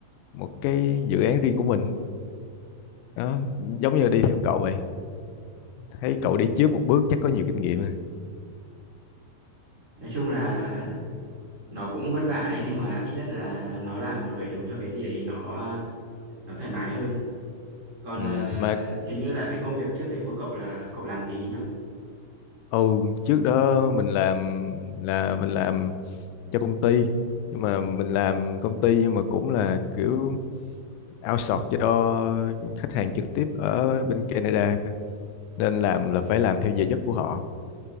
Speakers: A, on the left; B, on the right.
A: một cái dự án riêng của mình đó giống như là đi theo cậu vậy thấy cậu đi trước một bước chắc có nhiều kinh nghiệm à.
B: nói chung là nó cũng vất vả ấy, nhưng mà ít nhất là nó là một khởi đầu cho cái gì đấy nó nó thoải mái hơn còn
A: ừ,
B: ờ,
A: mà
B: hình như là cái công việc trước đấy của cậu là cậu làm gì ấy nhỉ
A: ừ trước đó mình làm là mình làm cho công ty nhưng mà mình làm công ty nhưng mà cũng là kiểu outsource cho khách hàng trực tiếp ở bên Canada cơ. Nên làm là phải làm theo giờ giấc của họ